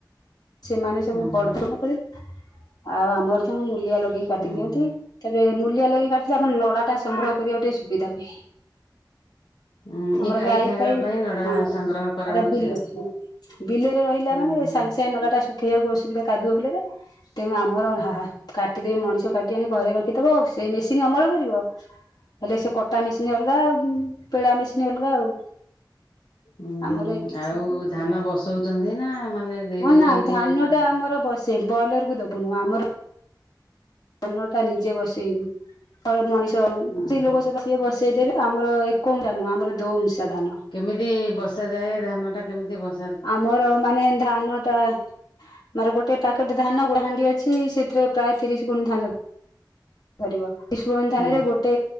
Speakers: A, on the left; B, on the left.
A: ସେମାନେ ସବୁ
B: ଉଁ
A: ବଡ
B: ହୁଁ
A: ଧାନ କରି ଆଉ ଆମରତ ତାଙ୍କୁ ମୂଲିଆ ଲଗେଇକି କାଟି
B: ଉଁ
A: ଦିଅନ୍ତି
B: ହୁଁ।
A: ତାପରେ ମୂଲିଆ ଲଗେଇକି କାଟିଲେ ଆମର ନଡା ଟା ସଂଗ୍ରହ କରିବାକୁ ଟିକେ ସୁବିଧା ହୁଏ
B: ଉଁ ଏଇ
A: ଆମର ଗାଈ
B: ଖାଇବା
A: ପାଇ
B: ପାଇଁ ନଡା
A: ହଁ
B: ସଂଗ୍ରହ କରାହଉଛି
A: ଆଟା ବିଲେଇ
B: ଆଉ।
A: ହଁ ବିଲେରେ ରହିଲା
B: ହୁଁ
A: ମାନେ
B: ହୁଁ।
A: ସାଙ୍ଗ ସାଙ୍ଗେ ନଡା ଟା ଶୁଖେଇବାକୁ ଅସୁବିଧା କାଦୁଅ ବିଲରେ ତେଣୁ ଆମର ହା ହା କାଟିଦେବ ମଣିଷ କାଟି ଆଣି ଘରେ ରଖିଦବ ସେଇ ମେସିନ୍ ଅମଳ କରିବ ହେଲେ ସେ କଟା ମେସିନ୍ ଅଲଗା ଆଉ ପେଡା ମେସିନି ଅଲଗା ଆଉ
B: ହୁଁ
A: ଆମର ଏମିତି
B: ଆଉ
A: ସବୁ
B: ଧାନ ବସଉଚନ୍ତି ନା ମାନେ ଦେଇ
A: ଅନା
B: ଦଉଛନ୍ତି
A: ଧାନ
B: ମାନେ
A: ଟା ଆମର ବସେଇବୁ ବଏଲର କୁ ଦବୁନୁ ଆମର ଧାନ ଟା ନିଜେ ବସେଇବୁ ତ ମଣିଷ
B: ଓହୋ।
A: ସେ ଲୋକ ସବୁ ବସିବେ ବସେଇ ଦେବେ ଆମର ଏକ ଅଂଶା ନୁହଁ ଆମର ଦୋ ଅଂଶା ଧାନ
B: କେମିତି ବସାଯାଏ ଧାନ ଟା କେମିତି ବସା
A: ଆମର ମାନେ ଧାନ ଟା ଆମର ଗୋଟେ ପାକେଟ ଧାନ ଗୋଟ ହାଣ୍ଡି ଅଛି ସେଥିରେ ପ୍ରାୟ ତିରିଶ ଗୁଣ ଧାନ ଧରିବ ବିସବନ୍ ଧାନରେ
B: ହୁଁ
A: ଗୋ ଟେ